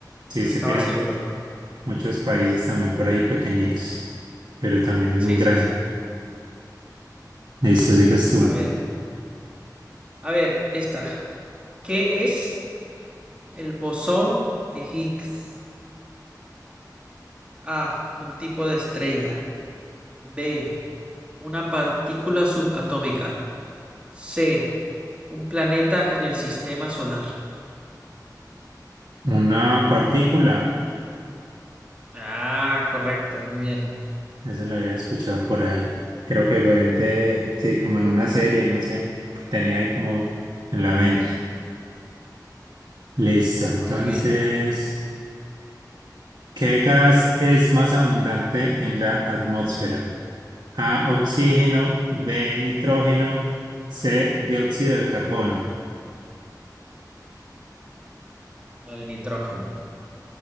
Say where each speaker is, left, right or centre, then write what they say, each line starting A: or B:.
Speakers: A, on the right (about 15°); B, on the right (about 75°).
A: y
B: Sí,
A: no
B: es
A: estaba
B: que tiene
A: seguro.
B: muchos países también por ahí pequeñitos, pero también es
A: Sí,
B: muy grande.
A: sí, sí.
B: Listo, sigues tú.
A: A ver, a ver, esta. ¿Qué es el bosón de Higgs? A, un tipo de estrella. B, una partícula subatómica. C, un planeta en el sistema solar.
B: Una partícula.
A: Ah, correcto, muy bien.
B: Eso lo había escuchado por ahí. Creo que fue en de, sí, como en una serie, no sé. Tenía ahí como en la mente. Listo,
A: Muy
B: entonces.
A: bien.
B: ¿Qué gas es más abundante en la atmósfera? A, oxígeno, B, nitrógeno, C, dióxido de carbono.
A: El nitrógeno.